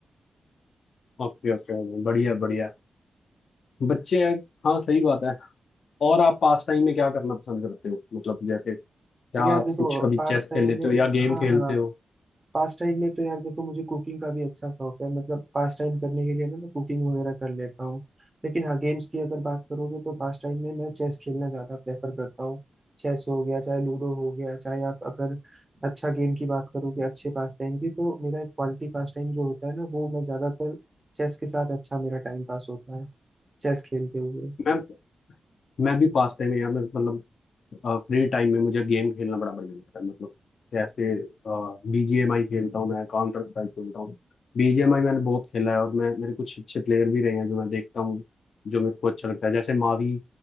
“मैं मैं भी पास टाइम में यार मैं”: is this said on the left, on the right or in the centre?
Left